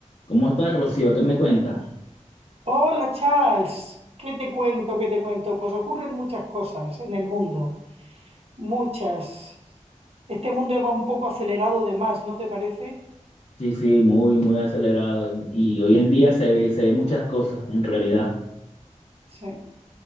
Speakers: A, on the left; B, on the right.
A: ¿Cómo estás, Rocío? ¿Qué me cuentas?
B: Hola Charles, ¿qué te cuento? ¿Qué te cuento? Pues ocurren muchas cosas en el mundo, muchas. Este mundo va un poco acelerado de más, ¿no te parece?
A: Sí, sí, muy, muy acelerado. Y, hoy en día se ve, se ve muchas cosas, en realidad.
B: Sí.